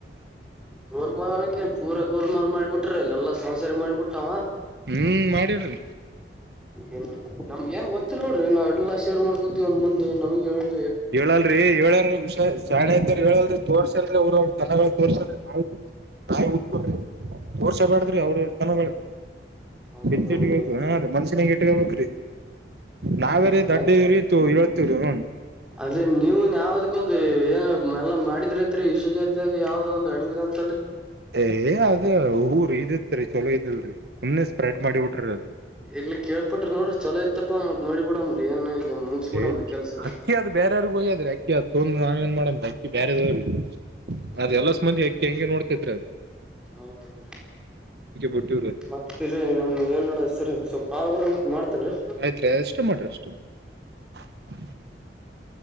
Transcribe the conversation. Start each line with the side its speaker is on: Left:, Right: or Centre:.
Centre: ಗೋಲ್ಮಲ್ ಅನಕ್ಕೆ ಪೂರಾ ಗೋಲ್ಮಲ್ ಮಾಡಿಬಿಟ್ಟು. ಬಿಟ್ರ ಎಲ್ಲ ಸಂಸಾರ ಮಾಡಿಬಿಟ್ಟಾವ
Right: ಹ್ಮ್ ಮಾಡಿರ್ರಿ
Centre: ಏನ್ ನಮ್ ಏನ್ ಗೊತ್ತಿಿಲ್ಲ ನೋಡರಿ ನಾವ ಎಲ್ಲಾ ಶೇರ್ ಮಾಡಿ ಕೊತಿೀವ ಒನ್ ಮುಂದೆ ನಮಗ್ಗೆ ಹೇಳ
Right: ಹೇಳಲ್ರಿ ಹೇಳಲ್ಷ ಶಾಳೆದಾರ ಹೇಳಲ್ರಿ ತೋರ್ಸಲ್. ತನಗಳು ತೋರ್ಸ್ರ ನಾವ ನಿಕ ತೋರ್ಸಬೇಡ್ದ್ರಿ ಅವ್ರ ತನಗಳು
Centre: ಹೌದೌದ್ರಿ
Right: ಎತ್ತಟ್ಟಿಗೆ ಹೋಗು ಹದು ಮನುಷ್ಯನಾಗ ಇಟ್ಟು ಬ್ರಿ
Centre: ಹ್ಮ್
Right: ನಾವರಿೀ ದೊಡ್ಡವ್ರಿ
Centre: ಮತ್
Right: ಹೇಳ್ತೀವ್ರಿ ಹನ್
Centre: ಅದೇ ನೀವುನ್ ವದಕ್ಕೊಂದು ಏನ ಎಲ್ಲಾ ಮಾಡಿದ್ರಿ ಅಂತರಿ ವಿಶ್ವ ಜಾತ ಯಾವ ಒಂದು ಅಣಿಬಿದಂತ
Right: ಏ ಅದ ಊರ್ ಇದಿತ್ರಿ ಚಲೋ ಇದಲ್ರಿ. ಸುಮನೆ ಸ್ಪ್ರೆಡ್ ಮಾಡಿಬಟ್ರ ಅದು,
Centre: ಇಲ್ಲಿ ಕೇಳ್ಪಟ್ರಿ ನೋಡ್ರಿ ಚಲೋ ಇತ್ತಪ್ಪ ಮತ್ ನೋಡಿ ಬಿಡಂಬ್ರಿ ಏನ್ ಈಗ ಮುಗಿಸಿ ಬಿಡಂಬ್ರಿ
Right: ಏ
Centre: ಕೆಲ್ಸಗಳು
Right: ಅಕ್ಕಿ ಅದು ಬೇರವ್ರಗ ಹಯ್ಯಾದ್ರಿ ಅಕ್ಕಿ ಅದು ತೊಂದ ನಾವ ಏನ್ ಮಾಡಂದ್ರ ಅಕ್ಕಿ ಬೇರೆದವ್ ಅದದೆಲ್ಲ ಸಂಬಂದಿ ಯಾಕ ಹೆಂಗೆ ನೋಡ್ತತ್ರಿ ಅದು
Centre: ಹೌದೌ್ರೀ
Right: ಬಿಟ್ಟಿವ್ರಿ
Centre: ಮತ್ತ ನಮ್ ಏನ್ ನಡ ಸರಿ ಸ್ವಲ್ಪ ಕಾಲ್ ಬರ ಮಾಡ್ತಾರಿ
Right: ಆಯ್ತ್ರಿ <unintelligible>